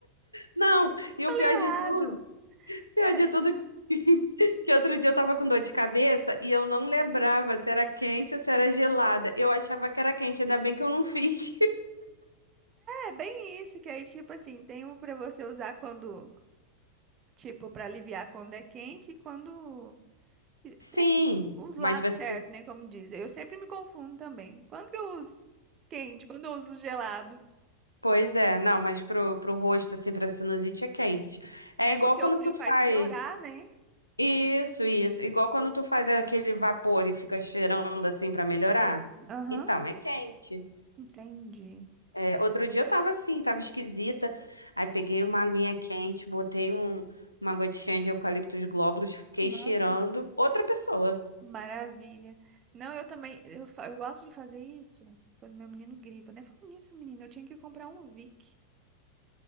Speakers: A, on the left (about 85°); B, on the right (about 30°).
A: Não, e
B: falei
A: o pior de
B: errado.
A: tudo, pior
B: É,
A: de tudo, <laughs> que outro dia eu tava com dor de cabeça e eu não lembrava se era quente ou se era gelada. Eu achava que era quente, ainda bem que eu não <laughs> fiz.
B: é bem isso, que aí, tipo assim, tem um pra você usar quando, tipo, pra aliviar quando é quente e quando. que-
A: Sim,
B: Tem os lados
A: mas você.
B: certos, né? Como dizem. Eu sempre me confundo também. Quando que eu uso quente, quando eu uso gelado.
A: Pois é, não, mas pro, pro rosto, assim, pra sinusite é quente. É
B: É
A: igual
B: porque
A: quando
B: o frio
A: tu faz.
B: faz piorar, né?
A: Isso, isso. Igual quando tu faz aquele vapor e fica cheirando, assim, pra melhorar.
B: Sim. Aham,
A: Então, é quente.
B: entendi.
A: É, outro dia eu tava assim, tava esquisita. Aí peguei uma aguinha quente, botei um, uma gotinha de eucaliptus glóbulos, fiquei
B: Nossa.
A: cheirando. Outra pessoa.
B: Maravilha. Não, eu também, eu, fa- eu gosto de fazer isso quando meu menino gripa, né? Falando nisso, menino, eu tinha que comprar um Vic.